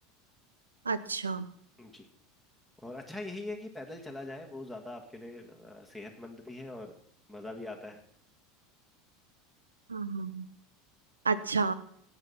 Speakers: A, on the right; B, in the centre.
A: अच्छा
B: जी और अच्छा यही है कि पैदल चला जाए वो ज्यादा आपके लिए अ, सेहतमंद भी है और मजा भी आता है
A: हाँ हाँ अच्छा